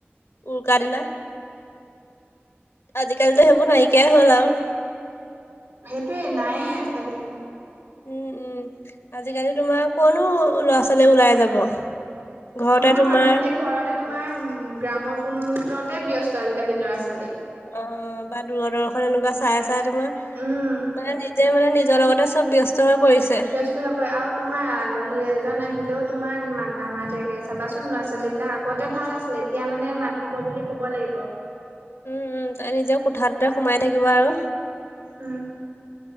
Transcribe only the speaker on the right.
সেইটোৱে নাইয়ে আজিকালি সেইবিলাক।
অঁ
আজিকালি ঘৰতে তোমাৰ
গ্ৰামকুণ্ডতে ব্যস্ত আজিকালি ল'ৰা ছোৱালী।
উম
ত হ'ব ই আৰু তোমাৰ আলহী এজন আহিলেও তোমাৰ মান নামাতেগে চাবাচোন ল'ৰা ছোৱালী বিলাক আগত। তে ভাল আছিলে এতিয়া মানে মাতিব বুলি ক'ব লাগিব।
উম'